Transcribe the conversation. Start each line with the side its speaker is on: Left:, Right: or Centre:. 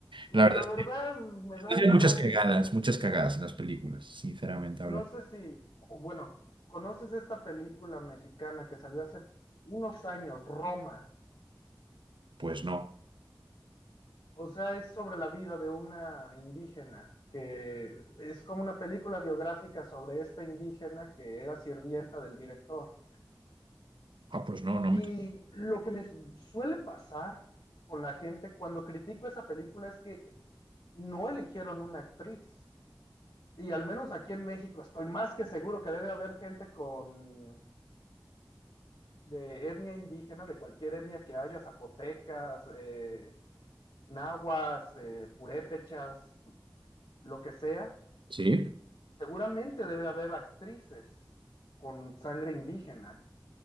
Left: Pues
Right: La verdad
Left: la verdad me
Right: es
Left: da
Right: que
Left: igual.
Right: hay muchas cagadas, muchas cagadas en las películas, sinceramente hablando.
Left: No sé si, o bueno, ¿conoces esta película mexicana que salió hace unos años, Roma?
Right: Pues no.
Left: O sea, es sobre la vida de una indígena, que es como una película biográfica sobre esta indígena que era sirvienta del director.
Right: Ah, pues no,
Left: Y
Right: no me.
Left: lo que me suele pasar con la gente cuando critico esa película es que no eligieron una actriz. Y al menos aquí en México estoy más que seguro que debe haber gente con de etnia indígena, de cualquier etnia que haya, zapotecas, eh, nahuas, eh, purépechas, lo que sea,
Right: ¿Sí?
Left: seguramente debe haber actrices con sangre indígena.